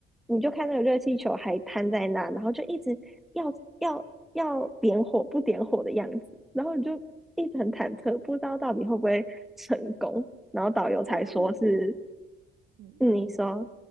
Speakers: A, in the centre; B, on the right (about 80°).
A: 你就看那个热气球还摊在那，然后就一直要要要点火不点火的样子，然后你就一直很忐忑，不知道到底会不会成功。然后导游才说是，
B: 诶，那如果嗯，
A: 嗯、你说。